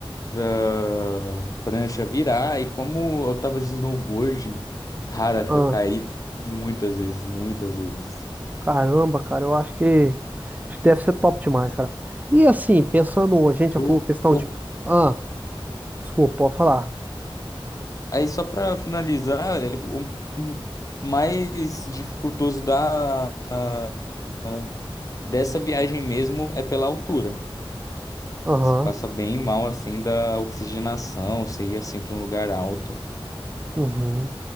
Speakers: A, on the left (about 35°); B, on the right (about 15°).
A: para prancha virar. E como eu tava de snowboard, cara,
B: aham.
A: eu caí muitas vezes, muitas vezes.
B: Caramba, cara, eu acho que, acho que deve ser top demais, cara. E assim, pensando, a gente
A: O,
B: já falou questão
A: o,
B: de... Ah, desculpa, pode falar.
A: aí só para finalizar, é, o o mais dificultoso da a- a- dessa viagem mesmo é pela altura.
B: Aham.
A: Você passa bem mal assim da oxigenação, você ia assim para um lugar alto.
B: Uhum.